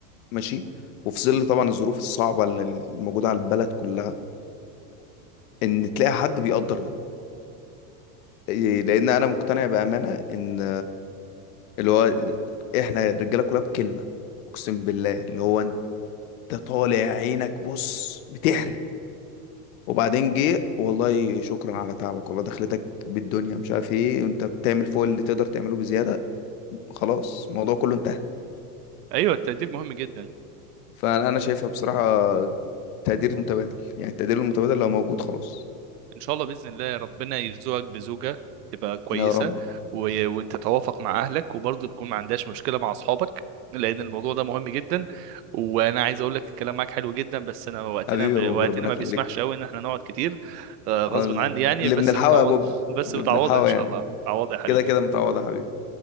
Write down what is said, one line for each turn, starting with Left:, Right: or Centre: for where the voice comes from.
Left: ماشي وفي ظل طبعا الظروف الصعبة اللي الموجودة على البلد كلها ان تلاقي حد بيقدر ده إيه، لان انا مقتنع بأمانة ان اللي هو احنا الرجالة كلها بكلمة اقسم بالله اللي هو انت طالع عينك بص بتحرق وبعدين جه والله شكرا على تعبك والله دخلتك بالدنيا مش عارف ايه وانت بتعمل فوق اللي تقدر تعمله بزياده خلاص الموضوع كله انتهى
Right: ايوه التقدير مهم جدا
Left: فانا أنا شايفها بصراحه تقدير متبادل يعني التقدير المتبادل لو موجود خلاص
Right: ان شاء الله باذن الله ربنا يرزقك بزوجه تبقى كويسه
Left: يا رب
Right: و- وتتوافق مع اهلك وبرضه تكون ما عندهاش مشكله مع اصحابك لان الموضوع ده مهم جدا وانا عايز اقول لك الكلام معاك حلو جدا بس انا وقتنا
Left: حبيبي
Right: م...
Left: يا بوب
Right: وقتنا
Left: ربنا
Right: ما
Left: يخليك
Right: بيسمحش قوي ان احنا نقعد كتير آه، غصب
Left: آه،
Right: عني يعني
Left: اللي
Right: بس
Left: بنلحقه
Right: متعوض
Left: يا بوب
Right: بس
Left: اللي
Right: متعوضه
Left: بنلحقه
Right: ان شاء
Left: يعني
Right: الله متعوضه يا حبيبي
Left: كده كده متعوضه يا حبيبي